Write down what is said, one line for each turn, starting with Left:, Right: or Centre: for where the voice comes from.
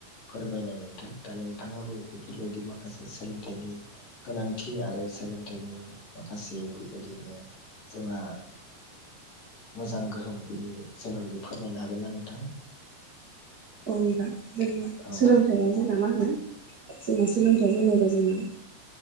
Left: फोरमायनाय था दा नोंथाङाबो बेफोरबायदि माखासे सोलोंथाइनि गोनांथि आरो सोलोंथाइनि माखासे बेबायदिनो जोंना मोजां गोहोम बिनि सोमोन्दै फोरमायनो हागोनना नोंथां?
Right: औ नोंथां जोङो सोलों
Left: औ
Right: सोलोंथाया जोंना मा होनो जोंना सोलोंथाइ होनोबा जोंना